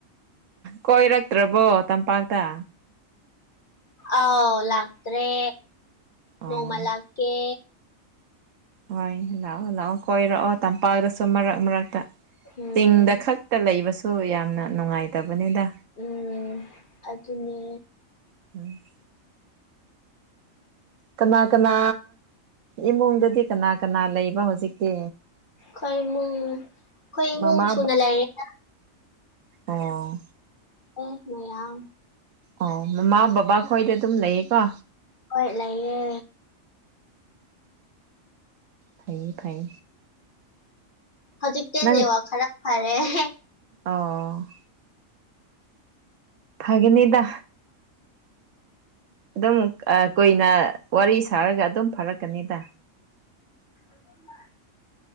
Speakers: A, on the right (about 70°); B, on the left (about 40°).
A: ꯀꯣꯏꯔꯛꯇ꯭ꯔꯕꯣ ꯇꯝꯄꯥꯛꯇ
B: ꯑꯥꯎ ꯂꯥꯛꯇ꯭ꯔꯦ
A: ꯑꯣ
B: ꯅꯣꯡꯃ ꯂꯀꯦ
A: ꯍꯣꯏ ꯂꯥꯛꯑꯣ ꯂꯥꯛꯑꯣ ꯀꯣꯏꯔꯛꯑꯣ ꯇꯝꯄꯥꯛꯇꯁꯨ ꯃꯔꯛ ꯃꯔꯛꯇ
B: ꯎꯝ
A: ꯆꯤꯡꯗ ꯈꯛ ꯇ ꯂꯩꯕꯁꯨ ꯌꯥꯝꯅ ꯅꯨꯡꯉꯥꯏꯇꯕꯅꯤꯗ
B: ꯎꯝ ꯑꯗꯨꯅꯦ
A: <inaudible> ꯀꯅꯥ ꯀꯅꯥ ꯏꯃꯨꯡꯗꯗꯤ ꯀꯅꯥ ꯀꯅꯥ ꯂꯩꯕ ꯍꯧꯖꯤꯛꯇꯤ
B: ꯈꯣꯏ ꯃꯤ ꯈꯣꯏ ꯃꯤ ꯏꯃꯨꯡ
A: ꯃꯃꯥ
B: ꯁꯨꯅ ꯂꯩꯔꯤꯗ
A: ꯑꫭ
B: ꯑꯦ ꯃꯌꯥꯝ
A: ꯑꯣ ꯃꯃꯥ ꯕꯕꯥ ꯈꯣꯏꯗ ꯑꯗꯨꯝ ꯂꯩꯌꯦꯀꯣ
B: ꯍꯣꯏ ꯂꯩꯌꯦ
A: ꯐꯩꯏ ꯐꯩ
B: ꯍꯧꯖꯤꯛꯇ
A: ꯅꯪ
B: ꯅꯦꯋꯥꯛ ꯈꯔ ꯐꯔꯦ ꯍꯦ
A: ꯑꯣ ꯐꯒꯅꯤꯗ ꯑꯗꯨꯝ ꯀꯨꯏꯅ ꯋꯥꯔꯤ ꯁꯥꯔꯒ ꯑꯗꯨꯝ ꯐꯥꯔꯛꯀꯅꯤꯗ
B: <unintelligible>